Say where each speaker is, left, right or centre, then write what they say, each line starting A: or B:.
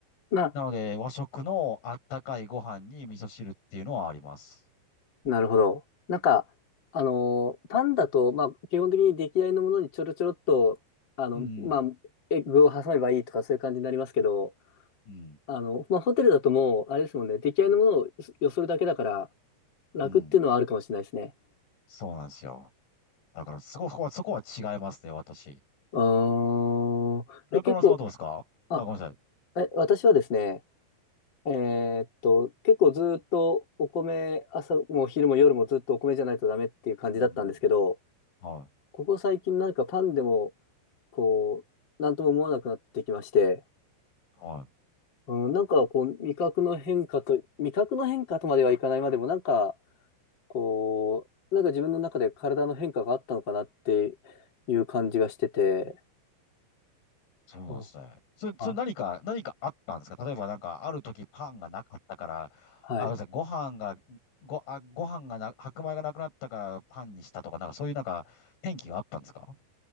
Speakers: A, on the left; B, on the left.
A: まあ、
B: なので、和食のあったかいご飯に味噌汁っていうのはあります。
A: なるほど。なんか、あのーパンだと、まあ、基本的に出来合いのものにちょろちょろっと、あの、
B: うん。
A: まあ、エッグを挟めばいいとか、そういう感じになりますけど、
B: うん。
A: あの、まあ、ホテルだともう、あれですもんね、出来合いのものをよそるだけだから、楽っていうのはあるかもしれないですね。
B: うん。そうなんですよ。だからそこそこは、そこは違いますね、私。
A: う
B: 中村さんはどうですかあ、
A: ーん。え、結構、あ、
B: ごめんなさい。
A: え、私はですね、えーっと、結構ずーっとお米、朝も昼も夜もずっとお米じゃないとダメっていう感じだったんですけど、
B: うん。は
A: ここ最近なんかパンでも、こう、なんとも思わなくなってきまして、
B: い。はい。
A: うん、なんかこう、味覚の変化と、味覚の変化とまではいかないまでも、なんか、こう、なんか自分の中で体の変化があったのかなっていう感じがしてて、
B: そうなんですね。
A: うん
B: それ、
A: あ、
B: それ何か、何かあったんですか例えばなんか、ある時パンがなかったから、
A: はい。
B: あ、ごめんなさい、ご飯が、ご、あ、ご飯がな、白米がなくなったからパンにしたとか、なんかそういうなんか、転機があったんですか